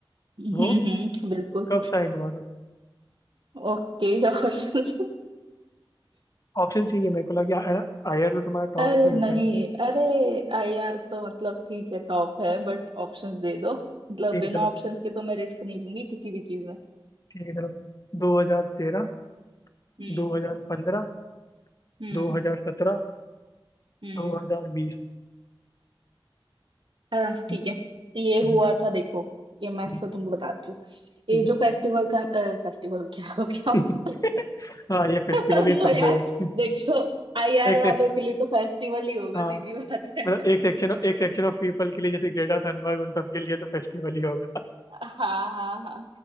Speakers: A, on the left; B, on the right.
A: वो
B: हम्म हम्म बिल्कुल
A: कब साइन हुआ था
B: Okay options
A: ऑप्शन चाहिए मेरे को लगे आयर तो तुम्हारा टॉप
B: अरे
A: पे होता
B: नहीं
A: है
B: अरे आई आर तो मतलब ठीक है टॉप है बट ऑप्शंस दे दो मतलब
A: ठीक
B: बिना
A: है चलो
B: ऑप्शंस के तो मैं रिस्क नहीं लूंगी किसी भी चीज में
A: ठीक है चलो दो हजार तेरह
B: हम्म
A: दो हजार पंद्रह
B: हम्म
A: दो हजार सत्रह
B: हम्म
A: दो हजार बीस
B: अह, ठीक
A: हम्म,
B: है ये
A: हम्म,
B: हुआ था देखो ये मैं
A: हम्म,
B: से तुमको बताती हूँ ये
A: ठीक है
B: जो फेस्टिवल था फेस्टिवल <laughs> क्या हो गया
A: <laughs>
B: <laughs>
A: हाँ ये फेस्टिवल
B: <laughs>
A: ही
B: लो
A: समझो
B: यार
A: एक
B: देखो आईआर
A: एक से
B: वालों के लिए तो फेस्टिवल ही होगा
A: हाँ
B: सीधी बात है
A: मतलब
B: ठीक
A: एक सेक्शन
B: है
A: एक सेक्शन ऑफ पीपल के लिए जैसे ग्रेटा थनबर्ग उन सबके लिए तो फेस्टिवल ही होगा
B: हाँ हाँ हाँ